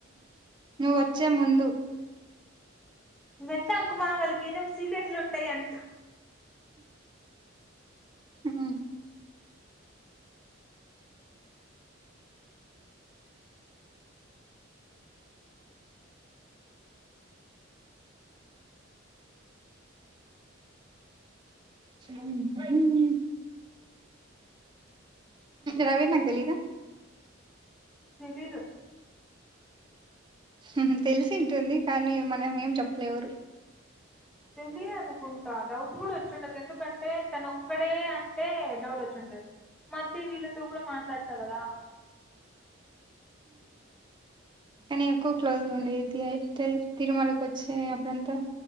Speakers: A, on the right (about 20°); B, in the centre.
A: నువ్వొచ్చే ముందు
B: వెత్తాకు మా వాళ్ళకి ఏదో ఒక సీక్రెట్లు ఉంటాయంట
A: హూ ఉహూ రవీ నాగ్ దెలీదా
B: తెలీదు
A: హుహు తెలిసింటుంది కానీ మనం ఏం చెప్పలే ఎవరు
B: తెలీదనుకుంటా డౌట్ కూడా వచ్చుండదు ఎందుకంటే తన ఒక్కడే అంటే డౌట్ వచ్చుంటది మతి వీళ్ళతో కూడా మాట్లాడతా కదా
A: కానీ ఎక్కువ క్లోజ్గా ఉండేది అయితే తిరుమలకి వచ్చే అప్పుడంతా